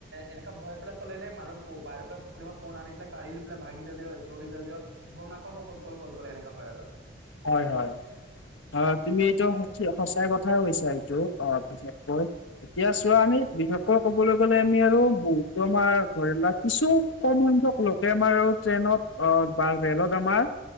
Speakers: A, on the right; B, on the left.
A: এনেকা বহাই পেলাই চলাই নে মানুহ বাহিৰ পৰা কোনোবা ফোন আনি পেলাই কাঢ়ি পেলাই ভাগি যালিও দৌৰি যালিও গম নাপাম আৰু কত গ'ল ক'ত গল এনেকা হয় আৰু।
B: হয় হয়, অ তুমি এইটো সঁচাই কথাই কৈছা, এইটো অঁহ বিশেষকৈ। এতিয়া চোৱা আমি বিশষৈ কবলৈ গ'লে আমি আৰু বহুতো আমাৰ ধৰি লোৱা কিছু কম সংখ্যক লোকে আমাৰ আৰু ট্ৰেইনত আ, বা ৰেলত আমাৰ